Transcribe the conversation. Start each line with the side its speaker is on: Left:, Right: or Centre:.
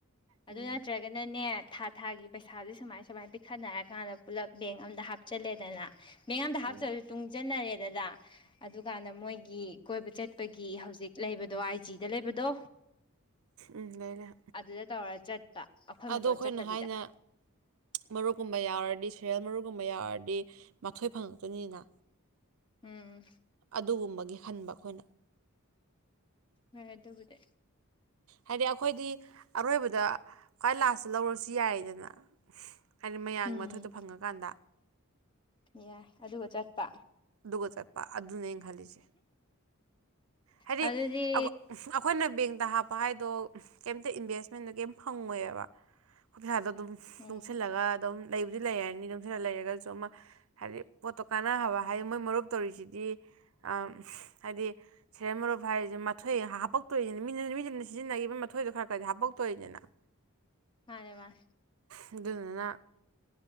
Left: ꯑꯗꯨ
Right: ꯎꯝ
Left: ꯅꯠꯇ꯭ꯔꯒꯅꯅꯦ ꯊꯥ ꯊꯥꯒꯤ ꯄꯩꯁꯥꯁꯦ ꯁꯨꯃꯥꯏ ꯁꯨꯃꯥꯏ ꯄꯤꯛꯈꯠꯅꯔꯀꯥꯟꯗ ꯄꯨꯜꯂꯞ ꯕꯦꯡ ꯑꯝꯗ ꯍꯥꯞꯆꯤꯜꯂꯦꯗꯅ ꯕꯦꯡ ꯑꯝꯗ ꯍꯥꯞꯇ꯭ꯔꯁꯨ
Right: ꯎꯝ
Left: ꯇꯨꯡꯖꯟꯅꯔꯦꯗꯅ ꯑꯗꯨꯀꯥꯟꯗ ꯃꯣꯏꯒꯤ ꯀꯣꯏꯕ ꯆꯠꯄꯒꯤ ꯍꯧꯖꯤꯛ ꯂꯩꯕꯗꯣ ꯑꯥꯏ ꯖꯤꯗ ꯂꯩꯕꯗꯣ
Right: ꯎꯝ ꯂꯩꯂꯩ
Left: ꯑꯗꯨꯗ ꯇꯧꯔ ꯆꯠꯄ ꯑꯩꯈꯣꯏ
Right: ꯑꯗꯣ
Left: ꯃꯇꯣꯟ
Right: ꯑꯩꯈꯣꯏꯅ
Left: ꯆꯠꯇꯕꯤꯗ
Right: ꯍꯥꯏꯅ ꯃꯔꯨꯞꯀꯨꯝꯕ ꯌꯥꯎꯔꯗꯤ ꯁꯦꯔꯦꯜ ꯃꯔꯨꯞꯒꯨꯝꯕ ꯌꯥꯎꯔꯗꯤ ꯃꯥꯊꯣꯏ ꯐꯪꯉꯛꯇꯣꯏꯅꯤꯅ
Left: ꯎꯝ
Right: ꯑꯗꯨꯒꯨꯝꯕꯒꯤ ꯍꯟꯕ ꯑꯩꯈꯣꯏꯅ
Left: ꯍꯣꯢ ꯑꯗꯨꯕꯨꯗꯤ
Right: ꯍꯥꯏꯗꯤ ꯑꯈꯣꯏꯗꯤ ꯑꯔꯣꯏꯕꯗ ꯈ꯭ꯋꯥꯏ ꯂꯥꯁꯇ ꯂꯧꯔꯁꯨ ꯌꯥꯏꯗꯅ ꯍꯥꯏꯗꯤ ꯃꯌꯥꯝꯒꯤ
Left: ꯎꯝ
Right: ꯃꯊꯣꯢꯇꯣ ꯐꯪꯉꯀꯥꯟꯗ
Left: ꯌꯥꯏ ꯑꯗꯨꯒ ꯆꯠꯄ
Right: ꯑꯗꯨꯒ ꯆꯠꯄ ꯑꯗꯨꯅꯦ ꯑꯩꯅ ꯈꯜꯂꯤꯖꯦ ꯍꯥꯏꯗꯤ
Left: ꯑꯗꯨꯗꯤ
Right: ꯑꯈꯣ ꯑꯈꯣꯏꯅ ꯕꯦꯡ ꯇ ꯍꯥꯞꯄ ꯍꯥꯏꯗꯣ ꯀꯩꯝꯇ ꯏꯟꯚꯦꯁꯃꯦꯟꯗ ꯀꯦꯝ ꯐꯪꯉꯣꯏꯕ ꯑꯈꯣꯢ ꯄꯩꯁꯥ ꯗꯨꯝ
Left: ꯎꯝ
Right: ꯇꯨꯡꯁꯤꯜꯂꯒ ꯑꯗꯨꯝ ꯂꯩꯕꯨꯗꯤ ꯂꯩꯔꯅꯤ ꯇꯨꯡꯁꯤꯜꯂ ꯂꯩꯔꯒꯁꯨ ꯑꯃ ꯍꯥꯏꯕꯗꯤ ꯄꯣꯠꯇꯣ ꯀꯥꯟꯅꯕ ꯍꯥꯏꯗꯤ ꯃꯣꯏ ꯃꯔꯨꯞ ꯇꯧꯔꯤꯁꯤꯗꯤ ꯑ ꯍꯥꯏꯗꯤ ꯁꯦꯔꯦꯟ ꯃꯔꯨꯞ ꯍꯥꯏꯔꯤꯖꯦ ꯃꯊꯣꯏ ꯍꯥꯄꯛꯇꯣꯏꯅꯤ ꯃꯤꯅ ꯃꯤꯗꯨꯅ ꯁꯤꯖꯤꯟꯅꯒꯤꯕ ꯃꯊꯣꯏꯗꯣ ꯈꯔ ꯈꯔꯗꯤ ꯍꯥꯄꯛꯇꯣꯏꯅꯤꯗꯅ
Left: ꯃꯥꯟꯅꯦ ꯃꯥꯟꯅꯦ
Right: ꯑꯗꯨꯗꯨꯅꯥ